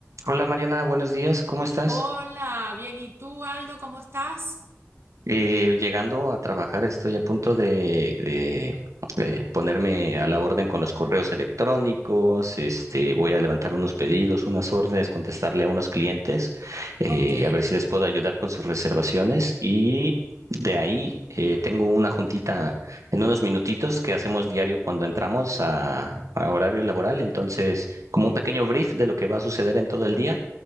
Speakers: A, on the right; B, on the right.
A: Hola Mariana, buenos días, ¿cómo estás?
B: Hola, bien. ¿Y tú, Aldo, cómo estás?
A: Eh, llegando a trabajar, estoy a punto de, de, eh, ponerme a la orden con los correos electrónicos, este, voy a levantar unos pedidos, unas órdenes, contestarle a unos clientes, eh,
B: Ok,
A: a ver si les puedo ayudar con sus reservaciones y de ahí eh, tengo una juntita en unos minutitos que hacemos diario cuando entramos a, a horario laboral, entonces como un pequeño brief de lo que va a suceder en todo el día.